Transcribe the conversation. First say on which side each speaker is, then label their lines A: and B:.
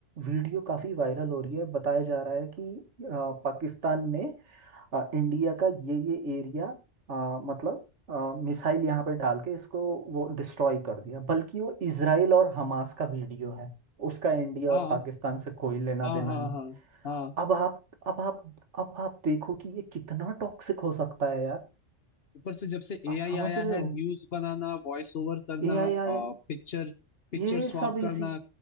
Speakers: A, on the right (about 70°); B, on the left (about 55°).
A: वीडियो काफी वायरल हो रही है बताया जा रहा है कि अ, पाकिस्तान ने अ, इंडिया का ये ये एरिया अ, मतलब मिसाइल यहाँ पे डाल के इसको वो डिस्ट्रॉय कर दिया बल्कि वो इसराइल और हमास का वीडियो है उसका इंडिया
B: हाँ
A: और पाकिस्तान से कोई लेना
B: हाँ
A: देना
B: हाँ
A: नहीं
B: हाँ हाँ
A: अब आप अब आप अब आप देखो कि ये कितना टॉक्सिक हो सकता है यार
B: ऊपर से जब से एआई
A: आप समझ
B: आया
A: रहे
B: है
A: हो
B: न्यूज बनाना वॉइस ओवर करना
A: ए आई आया
B: पिक्चर
A: है,
B: पिक्चर
A: ये
B: स्वैप
A: सब इजी
B: करना